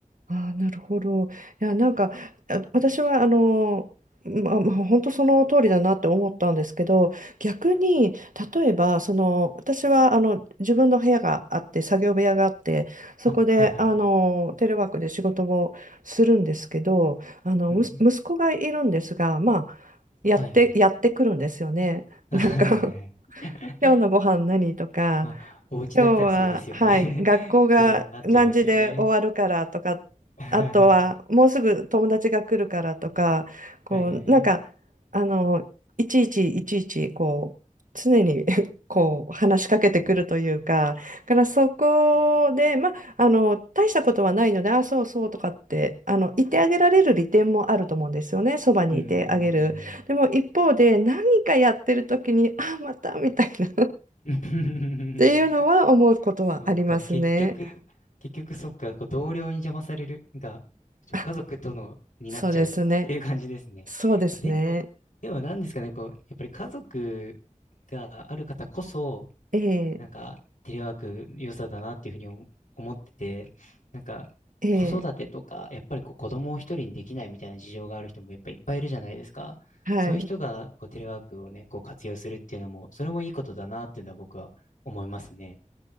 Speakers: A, on the right; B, on the left.
A: ああ、なるほど。いや、なんか、あ私は、あの、まあ、まあ本当その通りだなって思ったんですけど、逆に、例えば、その、私は、あの、自分の部屋があって、作業部屋があって、そこで、
B: あ、はいはいはい。
A: あの、テレワークで仕事もするんですけど、あの、
B: うんうん。
A: むす息子がいるんですが、まあ、
B: はいはい。
A: やって、やってくるんですよね。
B: はいはいはい。
A: なんか
B: <laughs>
A: <laughs> 今日のご飯何とか
B: まあ、お家だったらそうですよね。
A: 今日は、はい、学校が何時で終わるからとか、
B: <laughs> そうなっちゃいますよね。<laughs>
A: あとはもうすぐ友達が来るからとか、
B: は
A: こう、
B: いはいはい。
A: なんか、あの、いちいちいちいち、こう、常に <laughs> こう、話しかけてくるというか、だからそこで、まあ、あの、大したことはないので、あ、そうそうとかって、あの、言ってあげられる利点もあると思うんですよね、そばにいてあげる。
B: <laughs> うんうん
A: でも一方で、何かやってる時に、あ、またみたいな。っ
B: うんうん。
A: ていうのは思うことはありますね。
B: <laughs> そっか、結局、結局そっか、こう同僚に邪魔されるが、ちょ、
A: あ、
B: 家族との、になっちゃうっていう感じですね。
A: そうですね。そうですね。
B: でも、でも何ですかね、こう、やっぱり家族がある方こそ、
A: ええ、
B: なんか、テレワーク良さだなっていうふうに思思ってて、なんか、
A: ええ、
B: 子育てとか、やっぱりこう子供を一人にできないみたいな事情がある人もやっぱいっぱいいるじゃないですか。
A: はい。
B: そういう人がこうテレワークをね、こう活用するっていうのも、それもいいことだなっていうのは僕は思いますね。